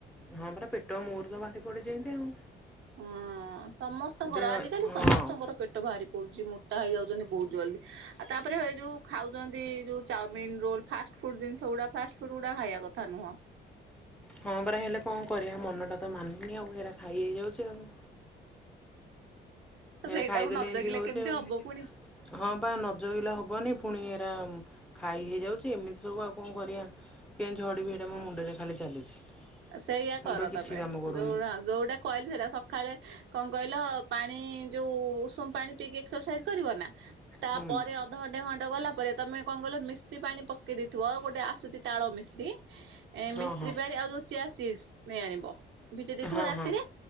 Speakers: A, in the centre; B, on the right.
A: ହଁ ପରା ପେଟ ମୋର ତ ବାହାରି ପଡିଛି ଏମତି ଆଉ।
B: ହଁ ସମସ୍ତଙ୍କର
A: ଦେ
B: ଆଜିିକାଲି
A: ହଁ
B: ସମସ୍ତଙ୍କର ପେଟ ବାହାରି ପଡୁଛି ମୋଟା ହେଇଯାଉଛନ୍ତି ବହୁତ ଜଲ୍ଦି। ଆ ତାପରେ ଯୋଉ ଖାଉଛନ୍ତି ଯୋଉ ଚାଉମିନ ରୋଲ ଫାଷ୍ଟ ଫୁଡ ଜିନିଷ ଗୁଡ ଫାଷ୍ଟ ଫୁଡ ଗୁଡା ଖାଇବା କଥା ନୁହଁ।
A: ହଁ ପରା ହେଲେ କଣ କରିବା ମନଟା ତ ମାନୁନି ଆଉ ଏରା ଖାଇ ହେଇଯାଉଛି ଆଉ। ଏରା
B: ସେଇଟାକୁ
A: ଖାଇଦେଲେ
B: ନ
A: ଏମତି
B: ଜଗିଲେ
A: ହଉଛି
B: କେମିତି
A: ଆଉ
B: ହବ ପୁଣି
A: ହଁ ପା ନଜଗିଲେ ହବନି ପୁଣି ଏରା ଖାଇ ହେଇଯାଉଛି ଏମିତି ସବୁ ଆଉ କଣ କରିବା କେମତି ଝଡ଼ିବି ଏଇଟା ମୋ ମୁଣ୍ଡରେ ଖାଲି ଚାଲିଛି।
B: ସେଇୟା
A: ମୁଣ୍ଡ
B: କର
A: କିଛି
B: ତମେ
A: କାମ କରୁନି
B: ଯୋଉଗୋଡ଼ା ଯୋଉଟା କହିଲି ସେଇଟା ସକାଳେ କଣ କହିଲ ପାଣି ଯୋଉ ଉଷୁମ ପାଣି ପିଇକି ଏକ୍ସରସାଇଜ କରିବ ନା ତାପରେ
A: ହୁଁ।
B: ଅ ଅଧ ଘଣ୍ଟେ ଘଣ୍ଟେ ଗଲା ପରେ ତମେ କ ଣ କହିଲ ମିଶ୍ରି ପାଣି ପକେଇ ଦେଇଥିବ ଓ ଗୋଟେ ଆସୁଛି ତାଳ ମିଶ୍ରି। ଏ ମିଶ୍ରି
A: ହଁ ହଁ
B: ପାଣି ଆଉ ଚିଆ ସିଡସ୍ ନେଇ ଆଣିବ। ଭିଜେଇ ଦେଇଥିବ
A: ହଁ
B: ରାତିରେ
A: ହଁ